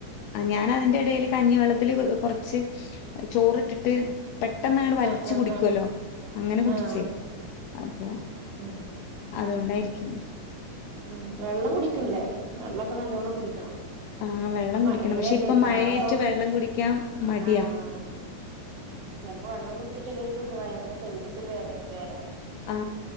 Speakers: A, on the left; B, on the right.
A: ആ ഞാൻ അതിന്റെടെല് കഞ്ഞിവെള്ളത്തില് കൊറച്ച് ചോറിട്ടിട്ട് പെട്ടെന്ന് അങ്ങടെ വലിച്ചു
B: ആഹ് ആഹ്
A: കുടിക്കുവല്ലോ
B: ആഹ്
A: അങ്ങനെ കുടിച്ച്.
B: ആഹ്
A: അപ്പൊ
B: ഉം
A: അതുകൊണ്ടായിരിക്കും.
B: ഉം വെള്ളം കുടിക്കണല്ലേ വെള്ളോക്കെ നല്ലോണം കുടിക്കണം.
A: ആ വെള്ളം
B: ഇപ്പ
A: കുടിക്കണം
B: മഴയല്ലേ
A: പക്ഷെ ഇപ്പം മഴയായിട്ട്
B: ദാഹോം
A: വെള്ളം കുടിക്കാൻ മടിയാ
B: ആഹ് ചെലപ്പോ വെള്ളം കുടിച്ചിട്ടില്ലെങ്കിലും വയറിന്റെ സൈഡിക്ക് ഒരു വേദനൊക്കെ വരാന്
A: ആ